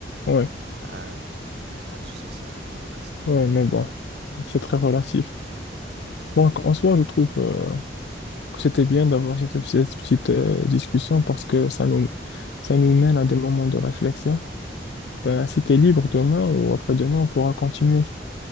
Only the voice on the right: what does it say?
à ton statut social et tout le reste, mais,
mais oui.
Ouais.
Mhm,
mhm,
mhm.